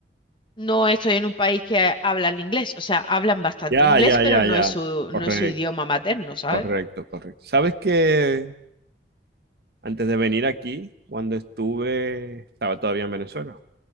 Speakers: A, on the left; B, on the right.
A: no estoy en un país que hablan inglés. O sea, hablan bastante
B: Ya,
A: inglés,
B: ya,
A: pero
B: ya,
A: no
B: ya.
A: es su,
B: Correcto,
A: no es su idioma materno, ¿sabes?
B: correcto, correcto. ¿Sabes que antes de venir aquí, cuando estuve, estaba todavía en Venezuela?